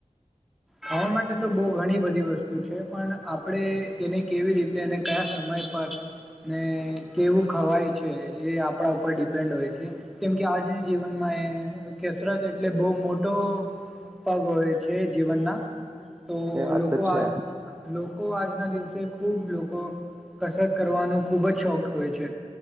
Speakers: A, in the centre; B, on the right.
A: ખાવા માટે તો બહુ ઘણી બધી વસ્તુ છે પણ આપણે એને કેવી રીતે અને કયા સમય પર ને કેવું ખવાય છે એ આપણા ઉપર ડિપેન્ડ હોય છે કેમ કે આજની જીવનમાં એ કસરત એટલે બહુ મોટો પગ હોય છે જીવન ના તો
B: એ વાત
A: લોકો
B: તો છે
A: આજ લોકો આજના દિવસે તે ખૂબ લોકો કસરત કરવાનો ખૂબ જ શોખ હોય છે